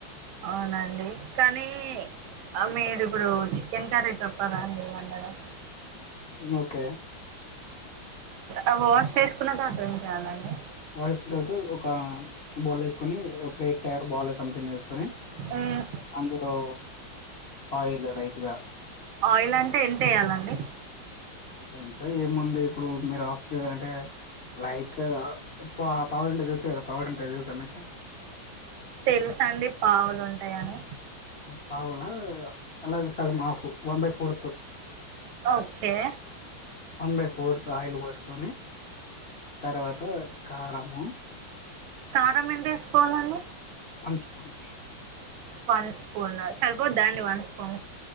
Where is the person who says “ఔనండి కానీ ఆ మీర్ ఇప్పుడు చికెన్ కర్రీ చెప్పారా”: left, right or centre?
Right